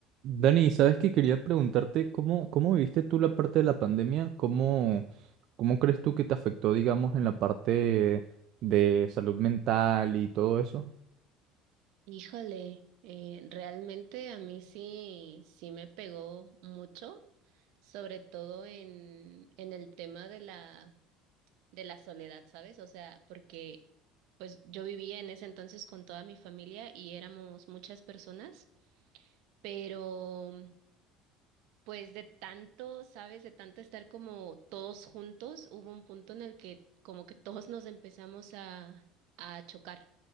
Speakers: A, on the right (about 50°); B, on the right (about 70°).
A: Dani, ¿sabes que Quería preguntarte cómo, cómo viviste tú la parte de la pandemia, cómo, cómo crees tú que te afectó, digamos, en la parte de salud mental y todo eso.
B: Híjole, eh, realmente a mí sí, sí me pegó mucho, sobre todo en, en el tema de la, de la soledad, ¿sabes? O sea, porque pues yo vivía en ese entonces con toda mi familia y éramos muchas personas, pero pues de tanto, ¿sabes? De tanto estar como todos juntos, hubo un punto en el que como que todos nos empezamos a, a chocar.